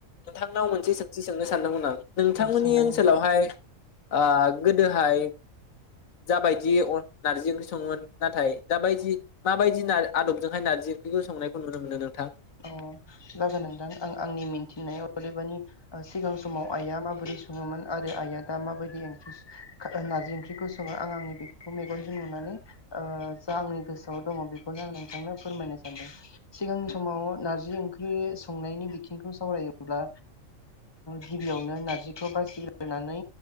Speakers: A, on the left (about 80°); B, on the left (about 20°).
A: नाव मोनसे सोंथि सोंनो सानदोंमोन आं। नोंथांमोननि
B: सोंनाय
A: ओनसोलावहाय
B: नोंथां
A: आ गोदोहाय जाबायदि अनलख नारजि ओंख्रि सङोमोन नाथाय दाबायदि माबायदि नार आदबजोंहाय नारजि ओंख्रिखौ संनायखौ नुनो मोनो नोंथां?
B: अ जागोन नोंथां आं आंनि मिन्थिनायाव अदेबानि ओ सिगां समाव आइआ माबोरै सङोमोन आरो आइया दा माबायदिं ओंख्रि नारजि ओंख्रिखौ सङो आं आंनि बेखौ मेगनजों नुनानै ओ जा आंनि गोसोआव दङ बेखौनो आं नोंथांनो फोरमायनो सानदों। सिगांनि समाव नार्जि ओंख्रि संनायनि बिथिंखौ सावरायोब्ला गिबियावनो नार्जिखौ बासिग्रोनानै